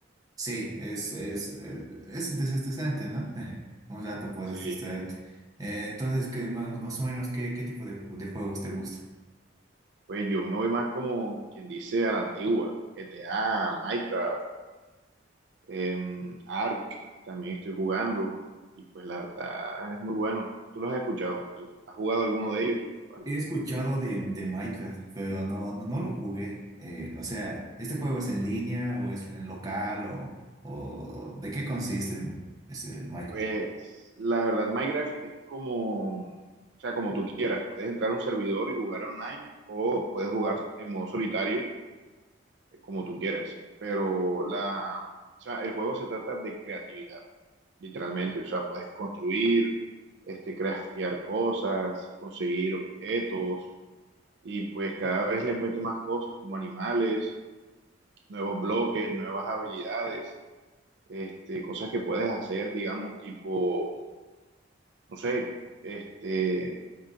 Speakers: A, on the right; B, on the right.
A: Sí, es, es, es, es desestresante, ¿no? <laughs> Un rato puedes
B: Sí.
A: distraerte. Eh, entonces, ¿qué, más, más o menos, ¿qué, qué tipo de, ju- de juegos te gusta?
B: Pues yo me voy más como quien dice a la antigua, GTA, Minecraft, em, Ark, también estoy jugando y pues la verdad es muy bueno. ¿Tú los has escuchado? ¿Al- ¿Has jugado alguno de ellos? ¿Cuál?
A: He escuchado de, de Minecraft, pero no, no, no lo jugué. Eh, o sea, ¿este juego es en línea o es en local o, o de qué consiste en, ese Minecraft?
B: Pues la verdad Minecraft es como, o sea, como tú quieras. Puedes entrar a un servidor y jugar online o puedes jugar en modo solitario eh, como tú quieras. Pero la, o sea, el juego se trata de creatividad. literalmente. O sea, puedes construir, este, craftear cosas, conseguir objetos y pues cada vez le mete más cosas como animales, nuevos bloques, nuevas habilidades, este, cosas que puedes hacer, digamos, tipo, no sé, este,